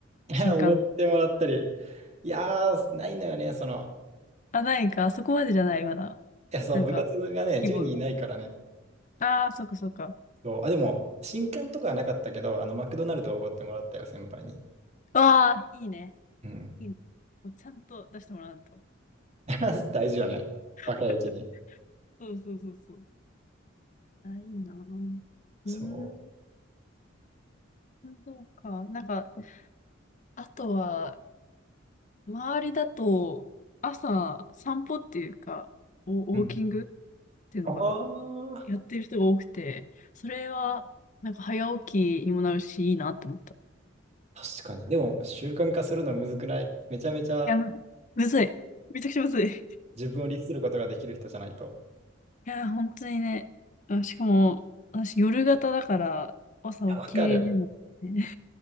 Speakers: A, on the right (about 35°); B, on the left (about 40°).
A: いや、
B: 瞬間。
A: おごってもらったり。いやー、ないのよね、その。
B: あ、ないか、あそこまでじゃない、まだ。
A: いや、その部活がね、
B: なんか、規模が。
A: 10人いないからね。
B: ああ、そっかそっか。
A: そう、あ、でも、新刊とかはなかったけど、あの、マクドナルドおごってもらったよ、先輩に。
B: ああー、いいね。
A: うん。
B: いいね。もうちゃんと出してもらわんと。
A: <laughs> 大事よね。若いうちに。
B: <laughs> そうそうそうそう。あ、いいな。うーん、
A: そ
B: そうか。なんか、あとは、周りだと、朝、散歩っていうか、おウォーキングっ
A: う。うん。
B: ていうのかな。
A: ああ、
B: やってる人が多くて、それは、なんか早起きにもなるし、いいなと思った。い
A: 確かに。でも、習慣化するのむずくない。めちゃめちゃ
B: や、むずい。めちゃくちゃむずい。い
A: 自分を律することができる人じゃないと。
B: や、本当にね。あ、しかも、私夜型だから、朝起きれるのね。
A: いや、わかる。